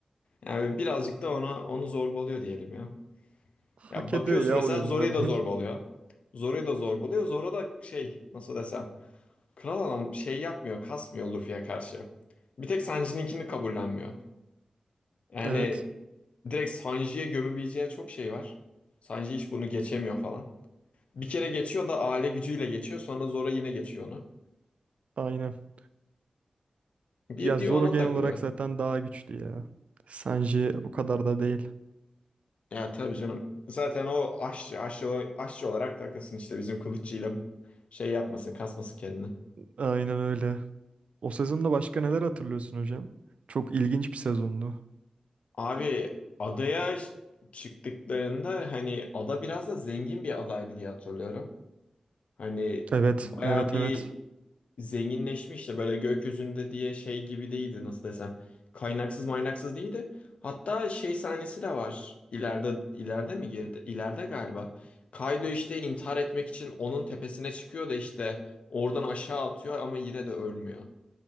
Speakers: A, on the left; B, on the right.
A: yani birazcık da ona onu zorbalıyor diyelim ya.
B: <laughs> Hak
A: Ya bakıyorsun
B: ediyor ya
A: mesela
B: o yönlerden.
A: Zoru'ya da zorba
B: <laughs>
A: oluyor. Zoru'ya da zorba Zoru da şey nasıl desem. Kral adam şey yapmıyor, kasmıyor Luffy'ye karşı. Bir tek Sanji'ninkini kabullenmiyor. Yani
B: Evet,
A: direkt Sanji'ye gömebileceği çok şey var. Sanji hiç bunu geçemiyor falan. Bir kere geçiyor da aile gücüyle geçiyor. Sonra Zoro yine geçiyor onu.
B: aynen.
A: Bir,
B: Ya
A: bir
B: Zoro
A: ona
B: genel
A: takılıyor.
B: olarak zaten daha güçlü ya. Sanji o kadar da değil.
A: Ya tabii canım. Zaten o aşçı, aşçı, aşçı olarak takılsın işte bizim kılıççıyla şey yapmasın, kasmasın kendini.
B: Aynen öyle. O sezonda başka neler hatırlıyorsun hocam? Çok ilginç bir sezondu.
A: Abi adaya ş- çıktıklarında hani ada biraz da zengin bir adaydı diye hatırlıyorum. Hani
B: Evet,
A: bayağı
B: evet,
A: bir
B: evet.
A: zenginleşmişti böyle gökyüzünde diye şey gibi değildi nasıl desem. Kaynaksız maynaksız değildi. Hatta şey sahnesi de var. İleride ileride mi girdi? İleride galiba. Kaido işte intihar etmek için onun tepesine çıkıyor da işte oradan aşağı atıyor ama yine de ölmüyor.